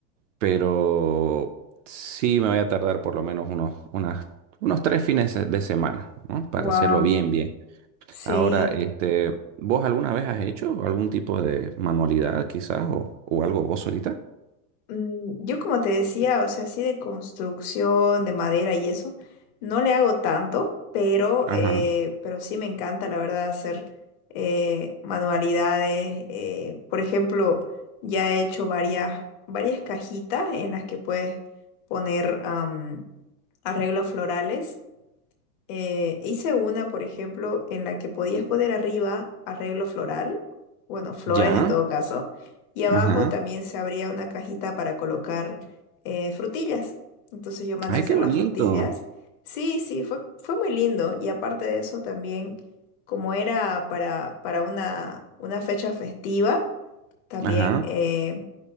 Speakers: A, on the right; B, on the left.
A: pero sí me voy a tardar por lo menos unos, unas, unos tres fines de semana, ¿no? Para
B: Wow,
A: hacerlo bien, bien.
B: sí.
A: Ahora, este, ¿vos alguna vez has hecho algún tipo de manualidad quizás o, o algo vos solita?
B: Mm, yo como te decía, o sea, así de construcción, de madera y eso, no le hago tanto, pero,
A: Ajá.
B: eh, pero sí me encanta, la verdad, hacer eh, manualidades. eh, por ejemplo, ya he hecho varias, varias cajitas en las que puedes poner am, arreglos florales Eh, hice una, por ejemplo, en la que podías poner arriba arreglo floral, bueno, flores
A: ¿Ya?
B: en todo caso, y abajo
A: Ajá.
B: también se abría una cajita para colocar eh, frutillas. Entonces yo mandé
A: Ay,
B: a hacer
A: qué bonito.
B: las frutillas. Sí, sí, fue, fue muy lindo. Y aparte de eso también, como era para, para una, una fecha festiva, también
A: Ajá.
B: eh,